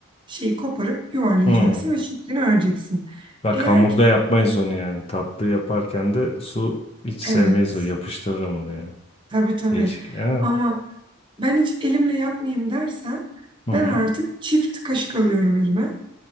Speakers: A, on the right (about 25°); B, on the left (about 30°).
A: şeyi koparıp yuvarlayacaksın
B: Hmm.
A: ve şeklini vereceksin.
B: Bak
A: Eğer
B: hamurda
A: ki
B: yapmayız onu yani. Tatlı yaparken de su hiç sevmeyiz
A: evet
B: o yapıştırır hamuru yani.
A: tabii tabii
B: Değişik. Ha.
A: ama ben hiç elimle yapmayayım dersen
B: Hı hı.
A: ben artık çift kaşık alıyorum elime.